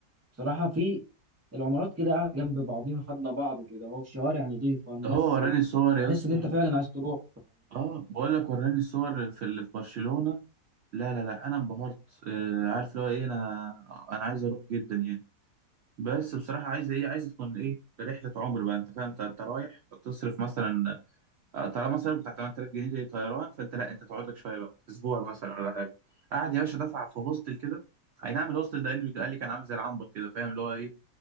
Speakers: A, on the right (about 15°); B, on the right (about 85°).
A: بصراحة في العمارات كده قاعدة جنب بعضيها خدنا بعض كده اهو الشوارع نظيفة الناس
B: ده هو وراني صور
A: تحس
B: يا اسطى
A: ان انت فعلا عايز تروح
B: اه بقول لك وراني الصور في اللي في برشلونه لا لا لا انا انبهرت آه عارف اللي هو ايه انا انا عايز اروح جدا يعني بس بصراحه عايز ايه عايز تكون ايه رحله عمر بقى انت فاهم انت أنت رايح تصرف مثلا آه، طالما صرف بتاع 8000 جنيه طيران فانت لا انت تقعد لك شويه بقى اسبوع مثلا ولا حاجه قعد يا باشا دفع في هوستل كده اي نعم الهوستل ده قال لي قال لي كان عامل زي العنبر كده فاهم اللي هو ايه